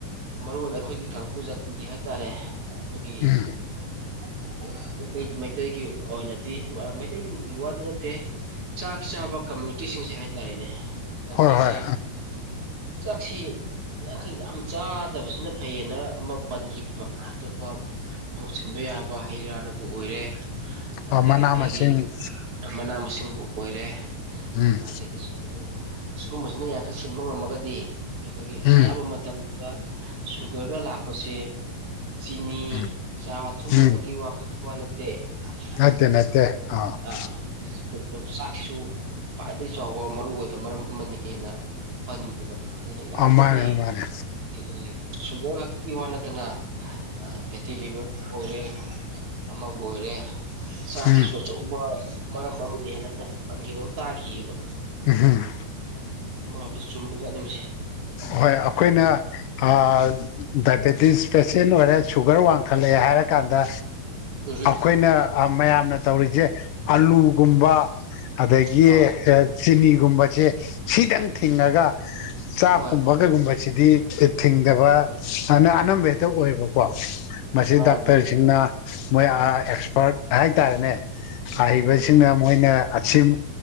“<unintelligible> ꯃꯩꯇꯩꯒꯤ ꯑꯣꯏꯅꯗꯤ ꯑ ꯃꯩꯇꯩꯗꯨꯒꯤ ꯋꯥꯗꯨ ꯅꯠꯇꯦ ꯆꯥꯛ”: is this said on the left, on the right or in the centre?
Right